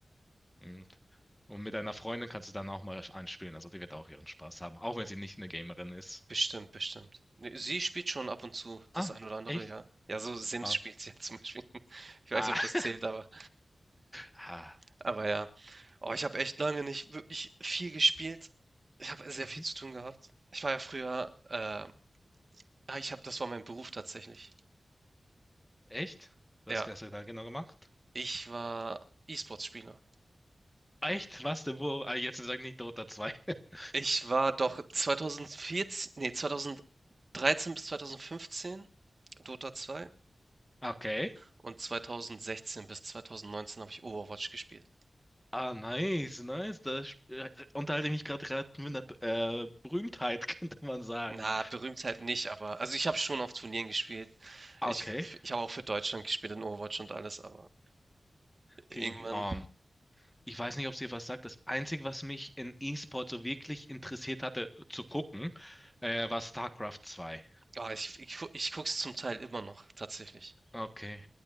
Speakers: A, in the centre; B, on the right (about 45°).
A: Mhm. Und mit deiner Freundin kannst du dann auch mal anspielen. Also die wird auch ihren Spaß haben, auch wenn sie nicht eine Gamerin ist.
B: Bestimmt, bestimmt. Ne, sie spielt schon ab und zu das
A: Ah,
B: ein oder andere,
A: echt?
B: ja. Ja, so Sims
A: Ah,
B: spielt sie <laughs> ja zum Beispiel. <laughs> Ich weiß
A: ah.
B: nicht, ob das
A: <laughs>
B: zählt, aber,
A: Ah.
B: aber ja. Oh, ich habe echt lange nicht wirklich viel gespielt. Ich habe sehr
A: Mhm.
B: viel zu tun gehabt. Ich war ja früher, äh, ah, ich habe, das war mein Beruf tatsächlich.
A: Echt? Was
B: Ja,
A: hast du da genau gemacht?
B: ich war E-Sports-Spieler.
A: Echt? Was denn wo? Ah, jetzt sag nicht Dota zwei. <laughs>
B: Ich war doch 2014, nee, 2013 bis 2015 Dota 2
A: Okay.
B: und 2016 bis 2019 habe ich Overwatch gespielt.
A: Ah, nice, nice. Da sp- äh, unterhalte ich mich gerade gerade mit einer äh, Berühmtheit, <laughs> könnte man sagen.
B: Na, Berühmtheit nicht, aber also ich habe schon auf Turnieren gespielt.
A: Okay.
B: Ich, ich habe auch für Deutschland gespielt in Overwatch und alles, aber irgendwann,
A: Okay. um, Ich weiß nicht, ob es dir was sagt. Das Einzige, was mich in E-Sport so wirklich interessiert hatte äh, zu gucken, äh, war StarCraft 2.
B: ah, ich, ich, gu- ich guck's zum Teil immer noch, tatsächlich.
A: Okay.